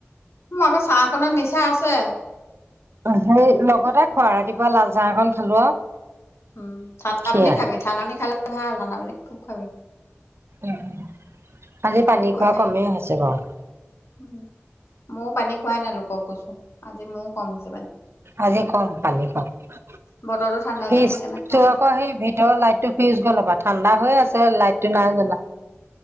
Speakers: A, on the left; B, on the right.
A: মোৰ আকৌ চাহ খনৰ নিচা আছে।
B: সেই লগতে খোৱা ৰাতিপুৱা লাল চাহকন খালো আৰু
A: উম ঠাণ্ডা
B: সেয়াই
A: পানী খাবি, ঠাণ্ডা পানী খালে ভাল, ঠাণ্ডা পানী ত খাব
B: উম! আজি পানী
A: আকৌ
B: খোৱা
A: হেৰি
B: কমেই হৈছে বাৰু
A: উম ময়ো পানী খোৱাই নাই লোকক কৈছো আজি মই য়ে কম খাইছো
B: আজি গৰম পানী খালো,
A: বতৰটো ঠাণ্ডা
B: ফিজটো
A: যে সেইকাৰণে খোৱা নাই
B: আকৌ সেই ভিতৰ লাইট টো ফিউজ গ'ল পা ঠাণ্ডা হৈ আছে লাইটটো নাই জানা!